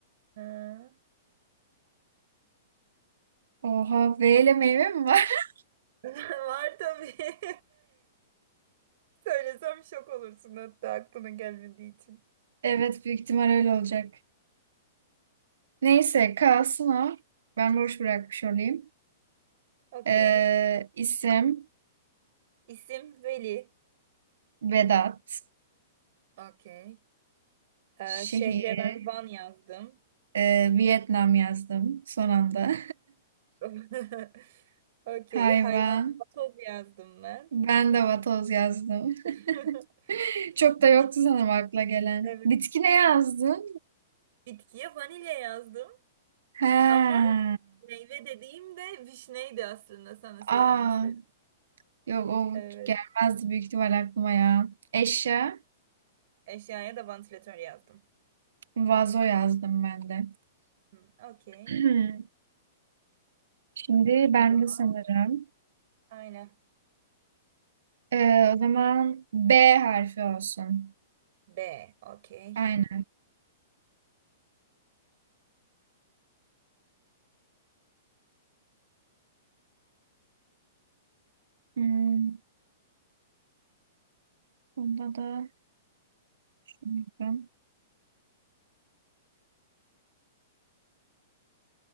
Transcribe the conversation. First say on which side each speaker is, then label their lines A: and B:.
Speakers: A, on the right; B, on the right.
A: Ha.
B: Oha V ile meyve mi var? <laughs>
A: <laughs> Var tabii. <laughs> Söylesem şok olursun hatta aklına gelmediği için.
B: Evet büyük ihtimal öyle olacak. Neyse kalsın o. Ben boş bırakmış olayım.
A: Okey.
B: Ee, isim
A: İsim Veli.
B: Vedat.
A: Okey. Ee,
B: Şehir
A: şehre ben Van yazdım.
B: e, Vietnam yazdım son anda.
A: <laughs> Okey.
B: <laughs> Hayvan
A: Hayvana vatoz yazdım ben.
B: ben de vatoz yazdım.
A: <laughs>
B: <laughs> Çok
A: Bitki.
B: da yoktu sanırım akla gelen.
A: Evet.
B: Bitki ne yazdın?
A: Bitkiye vanilya yazdım
B: Ha.
A: ama meyve dediğim de vişneydi aslında sana söylemek
B: Aa,
A: istedim.
B: yok o
A: Evet.
B: gelmezdi büyük ihtimal aklıma ya. Eşya
A: Eşyaya da vantilatör yazdım.
B: vazo yazdım ben de.
A: Hı, okey.
B: <clears throat> Şimdi ben
A: O zaman
B: de sanırım.
A: aynen.
B: Ee, o zaman B harfi olsun.
A: B. Okey.
B: Aynen. Hmm, bunda da Hayvan.